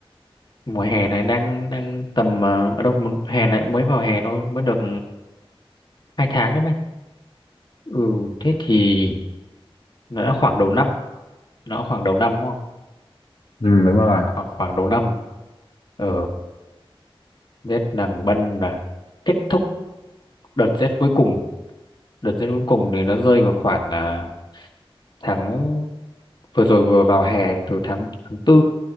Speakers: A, on the left; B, on the left.
A: Mùa hè này đang đang tầm à, ở đâu? Mùa- Hè này mới vào hè thôi, mới được hai tháng đấy mày. Ừ, thế thì nó đã khoảng đầu năm, nó đã khoảng đầu năm đúng không?
B: ừ, đúng rồi
A: Khoảng khoảng khoảng đầu năm. Ờ, Tết nàng bân là kết thúc đợt rét cuối cùng đợt rét cuối cùng thì nó rơi vào khoảng à, tháng vừa rồi vừa vào hè từ tháng tháng tư